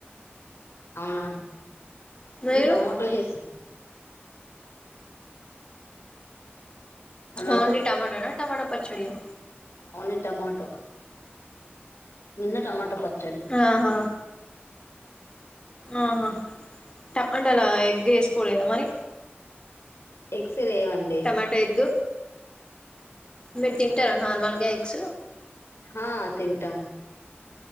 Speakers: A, on the left; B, on the left.
A: అవునా,
B: మీరు
A: మేము టమోటో చేసి హలో
B: ఓన్లీ టమాటానా? టమాటా పచ్చడియా?
A: ఓన్లీ టమాటో, నిన్న టమాటో పచ్చడి.
B: ఆహా ఆహా! టమాటా లో ఎగ్ వేసుకోలేదా మరి?
A: ఎగ్స్ తేమను
B: టమాటో ఎగ్ మీరు తింటారా నార్మల్గా ఎగ్స్?
A: హా తింటాం.